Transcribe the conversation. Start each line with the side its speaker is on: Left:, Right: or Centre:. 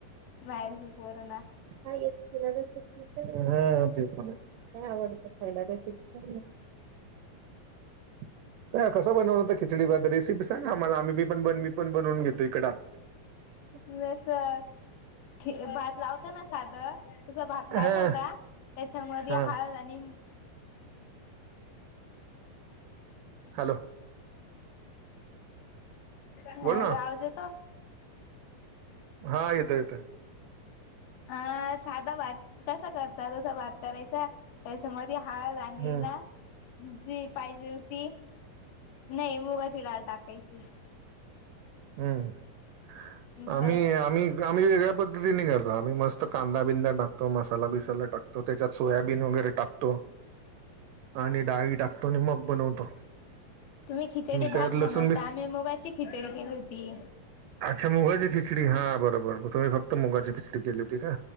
Left: बाहेरची पोरांना
Right: काय येतं तिला घरचं काय आवडतं खायला रेसिपी <inaudible> काय कसं बनवलं होतं खिचडी भात रेसिपी सांग ना आम्हाला आम्ही पण बनवू मी पण बनवून घेतो इका ह
Left: जसं ख भात लावत ना साधं त भात
Right: हा
Left: लागला होता त्याच्यामध्ये
Right: हा
Left: हळद आणि मी
Right: हॅलो.
Left: हॅलो
Right: बोल ना
Left: आवाज येतो
Right: हा येतोय येतोय.
Left: हा साधा भात कसा करतात तस भात करायचा त्याच्या मदी हळद आणि
Right: हम्म
Left: ना जी पाहिजेल ती नाही मुगाची डाळ टाकायची.
Right: हम्म आम्ही
Left: बस
Right: आम्ही आम्ही वेगळ्या पद् व्हिनेगर नाय आम्ही मस्त कांदा बिंदा टाकतो मसाला बिसाला टाकतो त्याच्यात सोयाबीन वगैरे टाकतो आणि डाळी टाकतो आणि मग बनवतो.
Left: तुम्ही खिचडी
Right: त्यात
Left: भात
Right: लसूण
Left: बनवता
Right: बी
Left: आम्ही मुगाची खिचडी केली होती.
Right: अच्छा मुगाची खिचडी हा बरोबर तुम्ही फक्त मुगाची खिच खिचडी केली होती का